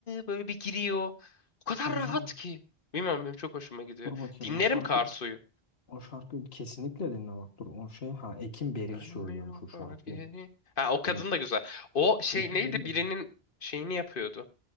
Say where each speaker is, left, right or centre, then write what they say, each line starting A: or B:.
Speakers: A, on the left (about 60°); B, on the left (about 75°).
A: böyle bir giriyor. O kadar
B: Tabii
A: rahat
B: canım.
A: ki. Bilmiyorum benim çok hoşuma gidiyor.
B: Dur bakayım
A: Dinlerim
B: o şarkı
A: Karsu'yu.
B: o şarkıyı kesinlikle dinle bak dur o şey ha Ekim Beril
A: Dönmüyor
B: söylüyormuş o şarkıyı.
A: bak geri. Ha o kadın
B: Benim
A: da güzel. O şey
B: Ekim
A: neydi
B: Beril dedim.
A: birinin şeyini yapıyordu.